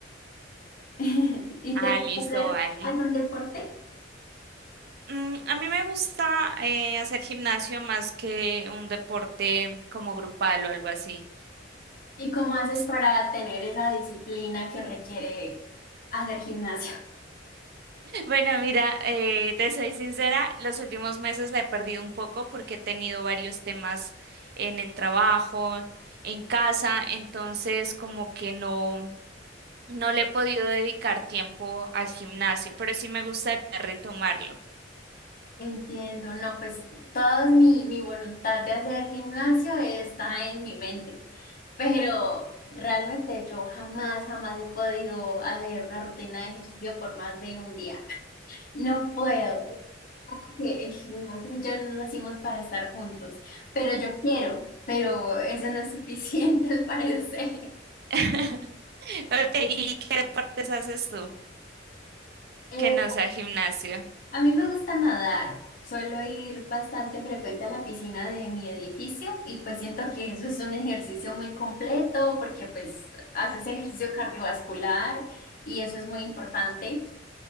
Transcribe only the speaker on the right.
Ah,
listo,
Ali.
Mm, a mí me gusta eh, hacer gimnasio más que un deporte como grupal o algo así.
<laughs>
Bueno, mira, eh, te soy sincera, los últimos meses la he perdido un poco porque he tenido varios temas en el trabajo, en casa, entonces como que no. No le he podido dedicar tiempo al gimnasio, pero sí me gustaría retomarlo.
<laughs> Ok, ¿Y qué deportes haces tú
que no sea gimnasio?